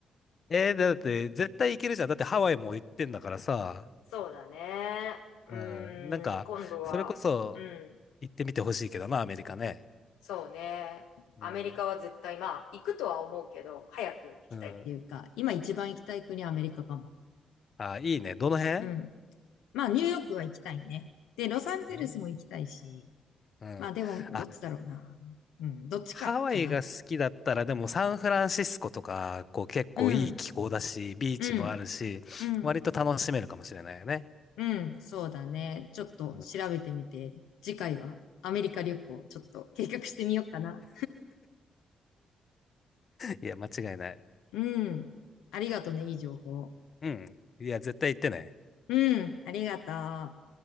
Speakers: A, on the left; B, on the left.
A: えー、だって絶対行けるじゃん。だってハワイも行ってんだからさ。
B: そうだね。う
A: うん、なんか、
B: ーん、今度は、
A: それこそ
B: うん。
A: 行ってみてほしいけどな、アメリカね。
B: そうね。アメリカは絶対、
A: うん。
B: まあ、行くとは思うけど、早く行きたい。
A: うん
B: っていうか、今一番行きたい国はアメリカかも。
A: あ、いいね。どの辺
B: うん。まあ、ニューヨークは行きたいね。で、ロサンゼルスも行きたいし。
A: いいうん。
B: まあ、でも、どっちだろうな。
A: あ、
B: うん、どっちか、
A: ハワイが好きだったら、
B: かな。
A: でもサンフランシスコとか、こう結構いい気候だし、
B: うん、
A: ビーチもあるし、
B: うん、うん、
A: 割と楽しめるかもしれないよね。
B: うん、そうだね。ちょっと調べてみて、
A: うん
B: 次回はアメリカ旅行、ちょっと計画してみようかな。
A: いや、間違いない。
B: <laughs> うん、ありがとね、いい情報。
A: うん。いや、絶対行ってね。
B: うん、ありがとう。